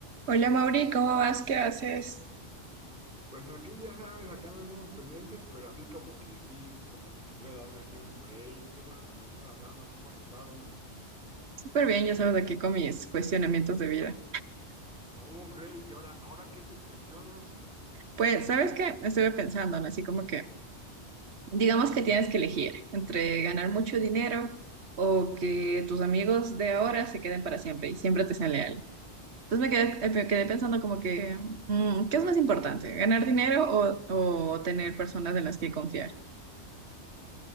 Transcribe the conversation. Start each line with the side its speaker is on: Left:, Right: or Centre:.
Right: Hola Mauri, ¿cómo vas? ¿Qué haces?
Centre: Pues aquí ya sabes, sacando algunos pendientes, pero así como que sí, como que quiero darme así un break. Qué bueno que me estás hablando, ¿cómo has estado?
Right: Súper bien, ya sabes, aquí con mis cuestionamientos de vida.
Centre: ¿Cómo crees? ¿Y ahora, ahora qué te cuestionas?
Right: Pues, ¿sabes qué? Estuve pensando, ¿no? Así como que, digamos que tienes que elegir entre ganar mucho dinero o que tus amigos de ahora se queden para siempre y siempre te sean leales. Entonces me quedé, eh, me quedé pensando como que, mm, ¿qué es más importante? ¿Ganar dinero o, o tener personas en las que confiar?